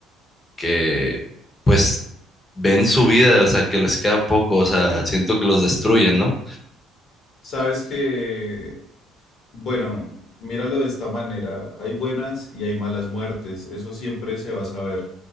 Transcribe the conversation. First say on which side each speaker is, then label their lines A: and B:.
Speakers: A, on the left; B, on the left.
A: que, pues, ven su vida? O sea, que les queda poco. O sea,
B: Mm.
A: siento que los destruyen, ¿no?
B: Sabes que Bueno, míralo de esta manera, hay buenas y hay malas muertes, eso siempre se va a saber.